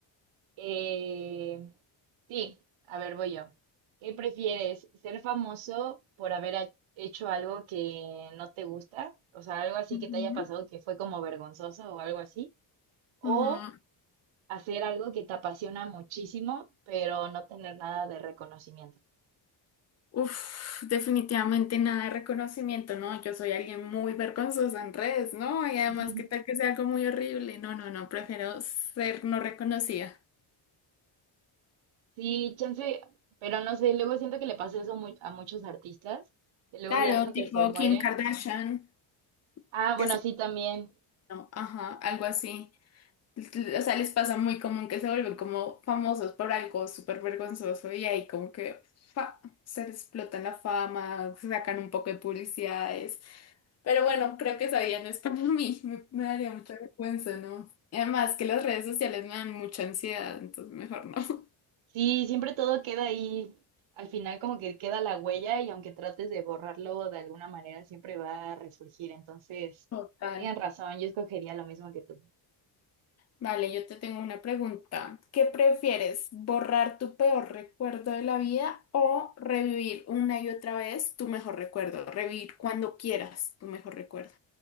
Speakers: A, on the right; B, on the left.
A: Eh, sí, a ver, voy yo. ¿Qué prefieres? ¿Ser famoso por haber ha- hecho algo que no te gusta? O sea, algo así
B: Ujú,
A: que te haya pasado que fue como vergonzoso o algo así. ¿O
B: ujú.
A: hacer algo que te apasiona muchísimo, pero no tener nada de reconocimiento?
B: Uf, definitivamente nada de reconocimiento, ¿no? Yo soy alguien muy vergonzosa en redes, ¿no? Y además,
A: <laughs>
B: ¿qué tal que sea algo muy horrible? No, no, no, prefiero ser no reconocida.
A: Sí, chance, pero no sé, luego siento que le pasa eso mu- a muchos artistas, que luego
B: Claro,
A: ya hasta
B: tipo
A: que se mueren.
B: Kim Kardashian,
A: Ah, bueno,
B: que se...
A: sí, también.
B: Ajá, algo así. O sea, les pasa muy común que se vuelven como famosos por algo súper vergonzoso y ahí como que fa, se les explotan la fama, sacan un poco de publicidades. Pero bueno, creo que esa vida no es para <laughs> mí, me, me daría mucha vergüenza, ¿no? Y además que las redes sociales me dan mucha ansiedad, entonces mejor no.
A: Sí, siempre todo queda ahí. Al final como que queda la huella y aunque trates de borrarlo de alguna manera, siempre va a resurgir. Entonces,
B: Total.
A: tienen razón, yo escogería lo mismo que tú.
B: Vale, yo te tengo una pregunta. ¿Qué prefieres, borrar tu peor recuerdo de la vida o revivir una y otra vez tu mejor recuerdo? Revivir cuando quieras tu mejor recuerdo.